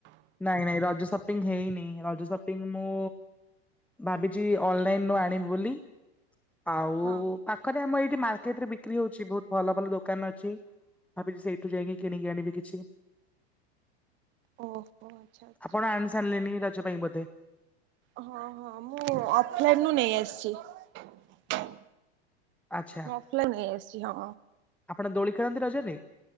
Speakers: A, in the centre; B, on the right.
A: ନାଇଁ ନାଇଁ ରଜ ସପିଙ୍ଗ ହେଇନେଇ ରଜ ସପିଙ୍ଗ ମୁଁ ଭାବିଚି ଅନଲାଇନ୍ ରୁ ଆଣିବି ବୋଲି ଆଉ
B: ହଁ
A: ପା ଖରେ ଆମର ଏଇଠି ମାର୍କେଟ ରେ ବିକ୍ରି ହଉଛି ବହୁତ ଭଲ ଭଲ ଦୋକାନ ଅଛି। ଭାବିଚି ସେଇଠୁ ଯାଇଁକି କିଣିକି ଆଣିବି କିଛି।
B: ଓ। ଓ ଆଚ୍ଛା। ଆଚ୍ଛା।
A: ଆପଣ ଆଣି ସାରିଲେନି ରଜ ପାଇଁ ବୋଧେ?
B: ହଁ ହଁ ମୁଁ ଅଫଲାଇନ୍ ରୁ ନେଇ ଆସିଛି।
A: ଆଚ୍ଛା।
B: ମୁଁ ଅଫଲାଇନ୍ ନେଇ ଆସିଛି ହଁ।
A: ଆପଣ ଦୋଳି ଖେଳନ୍ତି ରଜରେ?